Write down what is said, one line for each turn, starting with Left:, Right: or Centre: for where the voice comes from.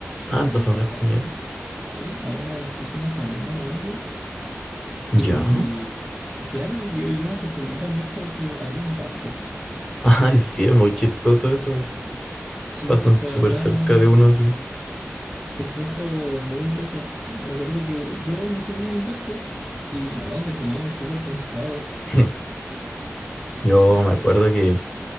Left: Ah, Antofagasta,
Right: En Antofa,
Left: ya.
Right: sí, a una de las piscinas también más grandes.
Left: Ya.
Right: Y, y claro, yo, yo me sorprendí también porque habían barcos.
Left: <laughs> Ay, sí, es muy chistoso eso.
Right: Sí,
Left: Pasan
Right: la
Left: súper
Right: verdad,
Left: cerca de uno así.
Right: lo encuentro muy loco. Me acuerdo que yo me subí en barco y no, terminé súper cansado.
Left: <laughs> Yo me acuerdo que